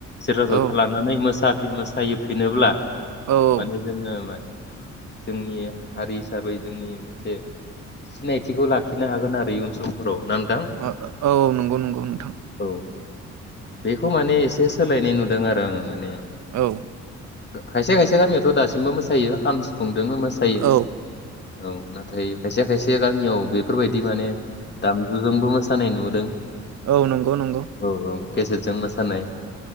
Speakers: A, on the left (about 35°); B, on the right (about 65°).
A: सेरजा जथा
B: औ
A: लानानै मोसा। फेमास। थायोफिनोब्ला
B: औ
A: माने जोङो मा जोंनि हारि हिसाबै जोंनि मोनसे सिनायथिखौ लाखिनो हागोन आरो इउन समफोराव नां।
B: औ औ नंगौ नंगौ नोंथां।
A: औ बेखौ माने एसे सोलायनाय नुदों आरो, आङो माने
B: औ।
A: खायसे खायसे गामियावथ' दासिमबो मोसायो खाम सि -फुंदोंनो मोसायो
B: औ
A: औ ना। नाथाय खायसे खायसे गामियाव बेफोरबायदि माने दामजुजोंबो मोसानाय नुदों।
B: औ नंगौ नंगौ
A: औ औ। केसेटजों मोसानाय